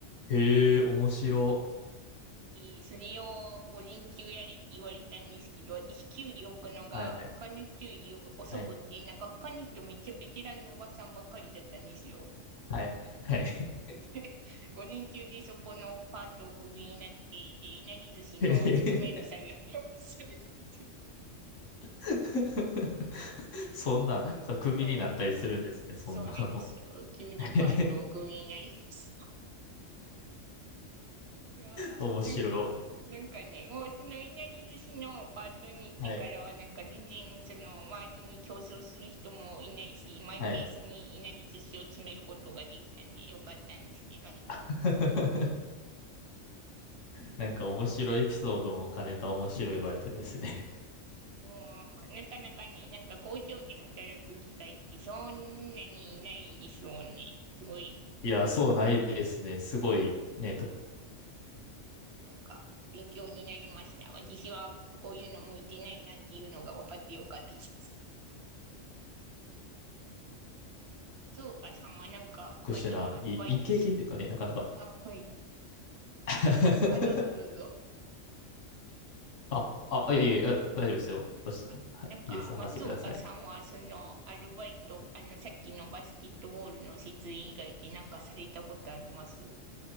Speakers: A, on the left; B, on the right.
A: へえ、面白。
B: いいそれを午前中やれって言われたんですけど、私、キュウリ置くのが他の人より遅くて、
A: はい。はい。
B: なんか他の人めっちゃベテランのおばさんばっかりだったんですよ。
A: はい。はい。
B: <laughs> 午前中でそこのパートをクビになって、で、いなり寿司の詰める作業をするたっていう。
A: へへ <laughs> そんな、
B: うんそう、
A: さ、クビになったりするんですね、
B: そうなんですよ。
A: そんなの。
B: キュウリパートをクビになりました。
A: <laughs>
B: いやー、
A: 面白。
B: なんなんかね、もうそのいなり寿司のパートに行ってからは、
A: はい。
B: なんか全然その周りに競争する人もいないし、マイペースにいなり寿司を詰めることができたんでよかったんですけど、
A: はい。<laughs> なんか面白いエピソードも兼ねた面白いバイトですね。
B: もうなかなかね、なんか工場で働く機会ってそんなにいないですもんね。すごい、
A: いや、そうないですね。すごい、ね、特
B: なんか勉強になりました。私はこういうの向いてないなっていうのが分かってよかったです。松岡さんはなんか他にはアルバイトし、
A: 特殊な、いいい経験というかね、なかなか。
B: あ、はい。
A: <laughs>
B: あ、どうぞどうぞ。
A: あ、あ、いやいやいや、大丈夫ですよ。どうしはい、
B: あ、なんか、
A: いいですよ。話してください。
B: 松岡さんは、その、アルバイト、あの、さっきのバスケットボールの設営以外でなんかされたことあります